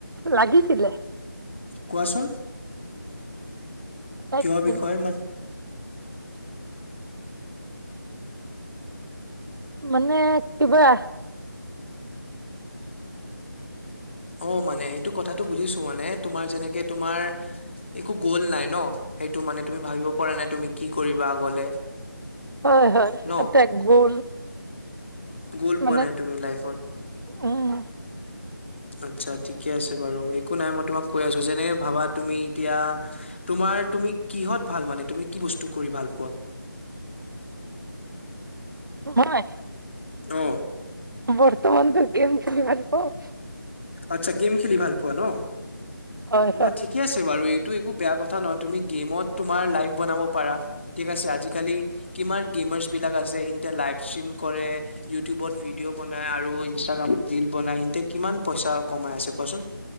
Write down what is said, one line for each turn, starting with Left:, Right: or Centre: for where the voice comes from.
Right: লাগিছিলে।
Left: কোৱাচোন।
Right: এক
Left: কিয়
Right: মিনিট
Left: বিষয় মানে।
Right: মানে কিবা।
Left: অ মানে সেইটো কথাটো বুজিছো মানে তোমাৰ যেনেকে তোমাৰ একো গ'ল নাই ন সেইটো মানে তুমি ভাবিব পৰা নাই তুমি কি কৰিব। কিব গলে
Right: হয় হয়
Left: ন
Right: এটা গ'ল
Left: গ'ল
Right: মানে
Left: পোৱা নাই তুমি লাইফত।
Right: উম
Left: আচ্ছা ঠিকে আছে বাৰু একো নাই মই তোমাক কৈ আছো যেনে ভাবা তুমি এতিয়া তোমাৰ তুমি কিহত ভাল মানে তুমি কি বস্তু কৰি ভাল পোৱা।
Right: হয়।
Left: আহ
Right: বৰ্তমান তো গেম খেলি ভাল পাওঁ।
Left: আচ্ছা গেম খেলি ভাল পোৱা ন।
Right: হয়
Left: ন
Right: হয়
Left: ঠিকে আছে বাৰু এই। টো একো বেয়া কথা নহয় তুমি গেমত তুমাৰ লাইভ বনাব পাৰা ঠিক আছে আজিকালি কিমান গেমাৰ্চ বিলাক আছে সিহতে লাইভ ষ্ট্ৰিম কৰে ইউটিউবত ভিডিঅ' বনাই আৰু ইনষ্টাগ্ৰামত ৰিল বনাই সিহতে কিমান। পইচা কমাই আছে কোৱাচোন।